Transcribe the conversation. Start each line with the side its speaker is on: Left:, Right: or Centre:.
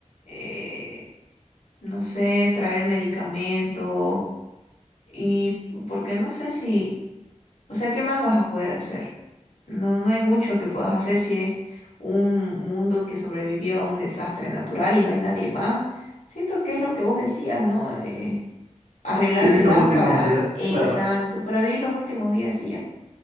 Left: eh, no sé, traer medicamento y porque no sé si, o sea, ¿qué más vas a poder hacer? No, no hay mucho que puedas hacer si es un mundo que sobrevivió a un desastre natural y no hay nadie más. Siento que es lo que vos decías, ¿no? Eh, arreglárselas
Right: Viví los últimos
Left: para,
Right: días,
Left: exacto,
Right: claro.
Left: para vivir los últimos días y ya.